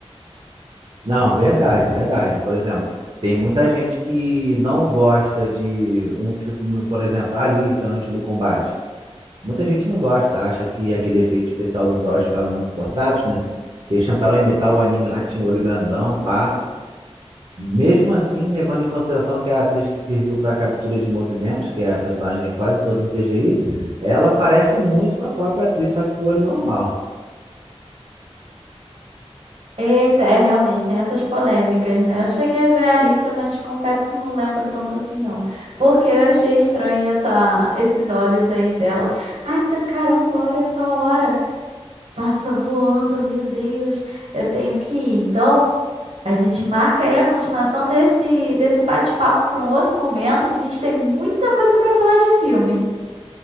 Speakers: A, on the right; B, on the right.
A: Não, verdade, verdade. Por exemplo, tem muita gente que não gosta de um filme, por exemplo, Alita, Antes do Combate. Muita gente não gosta, acha que aquele efeito especial dos olhos ficaram muito forçados, né? Que eles tentaram imitar o anime lá, que tinha um olho grandão, pá. Mesmo assim, levando em consideração que a atriz que serviu para a captura de movimentos, que é a personagem quase toda em CGI, ela parece muito com a própria atriz, só que com o olho normal.
B: Eita, é realmente, tem essas polêmicas, né? Eu cheguei a ver a Alita, mas confesso que não lembro tanto assim, não. Porque eu achei estranho essa, esses olhos aí dela. Ai, tá caramba, olha só a hora. Passa voando, meu Deus. Eu tenho que ir. Então, a gente marca aí a continuação desse, desse bate-papo para um outro momento, que a gente tem muita coisa para falar de filme.